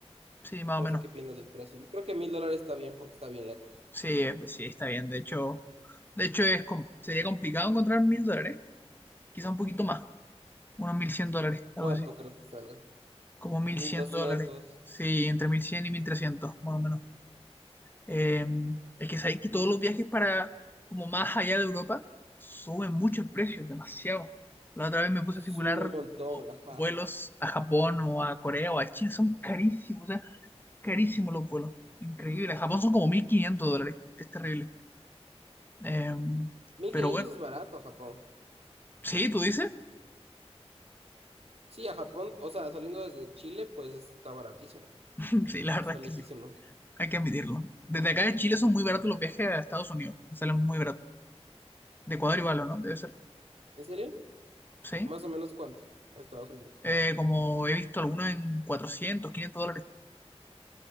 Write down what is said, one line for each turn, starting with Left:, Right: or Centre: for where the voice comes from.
Left: Sí, más
Right: No
Left: o menos.
Right: sé qué piensas del precio. Yo creo que mil dólares está bien porque está bien lejos.
Left: Sí, eh, sí, está bien. De hecho, de hecho es, com- sería complicado encontrar mil dólares. Quizá un poquito más. Unos mil cien dólares, algo
Right: ¿Cuánto
Left: así.
Right: crees que salga?
Left: Como mil
Right: Mil
Left: cien
Right: doscientos.
Left: dólares. Sí, entre mil cien y mil trescientos, más o menos. Eh, es que sabéis que
Right: Ujú.
Left: todos los viajes para como más allá de Europa suben mucho el precio, demasiado. La otra vez me puse a simular
Right: Suben un montón,
Left: como
Right: ajá.
Left: vuelos a Japón o a Corea o a China, son carísimos, o sea, carísimos los vuelos. Increíble. A Japón son como 1.500 dólares, es terrible. Eh,
Right: Mil
Left: pero
Right: quinientos
Left: bueno,
Right: es barato a Japón.
Left: sí, tú dices,
Right: Sí, a Japón, o sea, saliendo desde Chile, pues está baratísimo.
Left: <laughs> sí, la verdad
Right: Está
Left: es
Right: lejísimo.
Left: que sí, hay que admitirlo. Desde acá de Chile son muy baratos los viajes a Estados Unidos, me salen muy baratos. De Ecuador igual, ¿o no? Debe ser,
Right: ¿En serio?
Left: sí.
Right: ¿Más o menos cuánto? A Estados Unidos.
Left: Eh, como he visto algunos en 400 500 dólares.